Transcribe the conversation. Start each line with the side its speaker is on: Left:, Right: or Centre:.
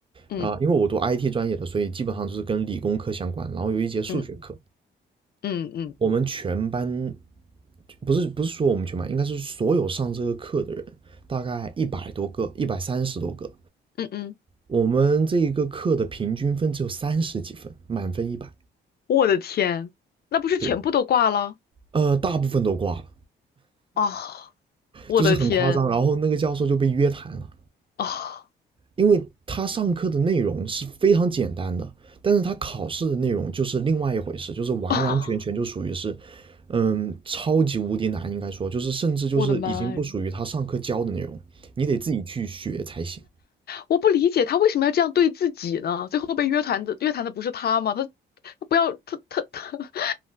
Left: 嗯
Right: 啊，因为我读 IT 专业的，所以基本上就是跟理工科相关，然后有一节数学课，
Left: 嗯嗯嗯
Right: 我们全班不是不是说我们全班，应该是所有上这个课的人，大概一百多个，一百三十多个。
Left: 嗯嗯，
Right: 我们这一个课的平均分只有三十几分，满分一百。
Left: 我的天，那不是全部都挂了
Right: 对，呃，大部分都挂了，
Left: 啊！我的天
Right: 就是很夸张。然后那个教授就被约谈了，
Left: 啊
Right: 因为他上课的内容是非常简单的，但是他考试的内容就是另外一回事，就是完完全全就属于是，
Left: 啊！
Right: 嗯，超级无敌难，应该说就是甚至就是已经不属于他上课教的内容，
Left: <laughs> 我的妈呀！
Right: 你得自己去学才行。
Left: 我不理解他为什么要这样对自己呢？最后被约谈的约谈的不是他吗？他他不要他他他 <laughs>